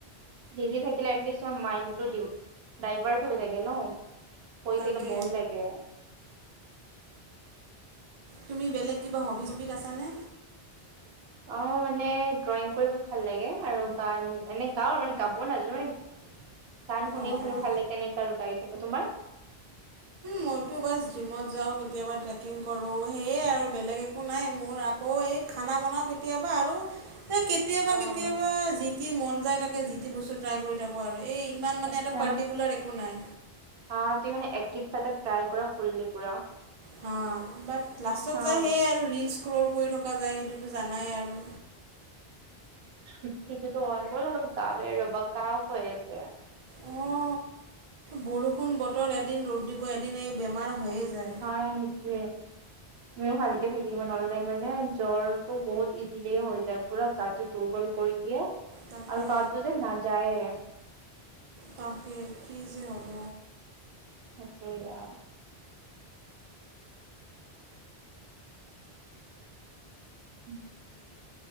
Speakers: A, on the right; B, on the right.
A: বিজি থাকিলে এটলিষ্ট তোমাৰ মাইণ্ডটো ডাইভাৰ্ট হৈ থাকে ন। কৰি
B: তাকে
A: থাকিলে বৰ লাগে।
B: তুমি বেলেগ কিবা হবি ছবিত আছানে?
A: অ মানে ড্ৰয়িং কৰিব ভাল লাগে আৰু গান এনে গাও আৰু মানে গাব নাজানো মানে। গান শুনি
B: অঁ
A: শুনি
B: অঁ
A: ভাল লাগে তেনেকা আৰু গাই থাকো, তোমাৰ?
B: মইতো বছ জিমত যাওঁ কেতিয়াবা ট্ৰেকিং কৰোঁ। সেয়ে আৰু বেলেগ একো নাই মোৰ আকৌ এই খানা বনাওঁ কেতিয়াবা আৰু সেই‌ কে কেতিয়াবা
A: অ'
B: কেতিয়াবা যিটি মন যায়। তাকে যি বস্তু ট্ৰাই কৰি থাকো আৰু। এই ইমান মানে
A: আচ্ছা।
B: এটা পাৰ্টিকুলাৰ একো নাই।
A: অ তুমি মানে এক্টিভ থাকা, ট্ৰাই কৰা ফুল্লি পুৰা।
B: হা বাট লাষ্টত
A: অ'
B: যায় সেয়াই আৰু ৰীলছ ক্ৰল কৰি থকা যায় সেইটোতো জানাই আৰু।
A: সেইটোতো হয়। মোৰ অলপ গা বেয়া ৰবা কাহ হৈ আছে।
B: অ বৰষুণ বতৰ এদিন ৰ'দ দিব এদিন এই বেমাৰ হৈয়ে যায়।
A: অ সেইটোৱে মইও ভালকে থাকিব নহ'লে মানে জ্বৰটো বহুত ইজিলিয়ে হৈ যায় পুৰা গাটোত দুৰ্বল কৰি দিয়ে
B: তাকে
A: আৰু কাহটো যে নাযায়ে।
B: তাকে কি যে হ'ব!
A: তাকে আ উম।